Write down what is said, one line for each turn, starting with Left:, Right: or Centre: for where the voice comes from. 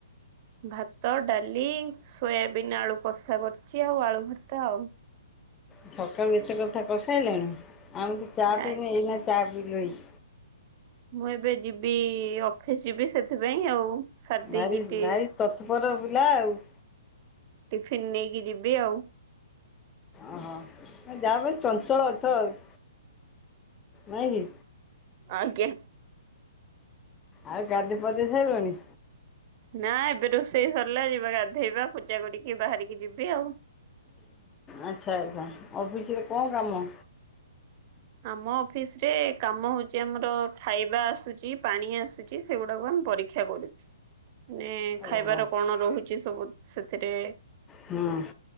Right: ଭାତ, ଡାଲି, ସୋୟାବିିନ୍ ଆଳୁ କଷା କର ଚି ଆଉ ଆଳୁ ଭର୍ତା ଆଉ।
Left: ସକାଳୁ ଏତେ କଥା କରି ସାଇଲେଣି ଆମେ ତ ଚା
Right: ଆ
Left: ପିଇନୁ ଏଇନା ଚା ପିିଇଲୁ ହେଇ।
Right: ମୁଁ ଏବେ ଯିବି ଅଫିସ୍ ଯିବି ସେଥିପାଇଁ ଆଉ ସାରି ଦେଇକି
Left: ଭାରି
Right: ଟି
Left: ଭାରି ତତ୍ପର ପିଲା ଆଉ।
Right: ଟିଫିନ୍ ନେଇକି ଯିବି ଆଉ।
Left: ଓହୋ ଯାହା ହଉ ଚଞ୍ଚଳ ଅଛ ଆଉ। ନାଇକି?
Right: ଆଜ୍ଞା।
Left: ଆଉ ଗାଧେ ଫଦେଇ ସରିଲାଣି?
Right: ନା ଏବେ ରୋଷେଇ ସରିଲା ଯିବା ଗାଧେଇବା ପୂଜା କରିକି ବାହାରିକି ଯିବି ଆଉ।
Left: ଆଚ୍ଛା ଆଚ୍ଛା ଅଫିସ୍ ରେ କଣ କାମ?
Right: ଆମ ଅଫିସ୍ ରେ କାମ ହଉଛି ଆମର ଖାଇବା ଆସୁଛି ପାଣି ଆସୁଛି। ସେଗୁଡ଼ାକୁ ଆମେ ପରୀକ୍ଷା କରୁଛୁ ମେ ଖାଇବାର
Left: ଓହୋ
Right: କଣ ରହୁଛି ସବୁ ସେଥିରେ
Left: ହଁ <inaudible>